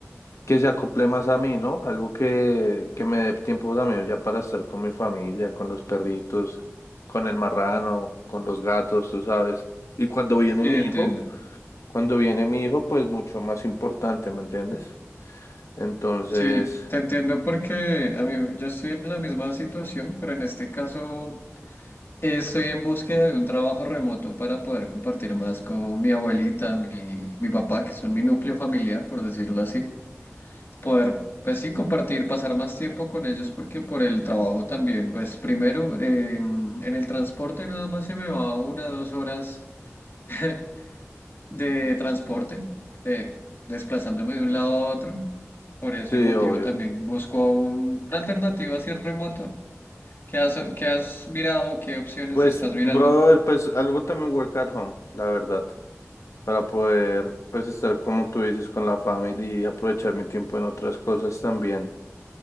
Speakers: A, on the left; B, on the left.
A: que se acople más a mí, ¿no? Algo que que me dé tiempo también ya para estar con mi familia, con los perritos, con el marrano, con los gatos, tú sabes. Y cuando viene
B: Sí,
A: mi
B: entiendo.
A: hijo, cuando viene mi hijo, pues mucho más importante, ¿me entiendes? Entonces,
B: Sí, te entiendo porque a mí, yo estoy en la misma situación, pero en este caso estoy en búsqueda de un trabajo remoto para poder compartir más con mi abuelita, mi, mi papá, que son mi núcleo familiar, por decirlo así. poder, pues sí, compartir, pasar más tiempo con ellos porque por el trabajo también, pues primero en, en el transporte nada más se me va una dos horas <laughs> de transporte, de desplazándome de un lado a otro. Por ese
A: sí,
B: motivo
A: obvio.
B: también busco un- una alternativa así remota. ¿Qué has, qué has mirado? ¿Qué opciones
A: Pues,
B: estás mirando?
A: brother, pues algo también work at home, la verdad. para poder pues estar como tú dices con la familia y aprovechar mi tiempo en otras cosas también.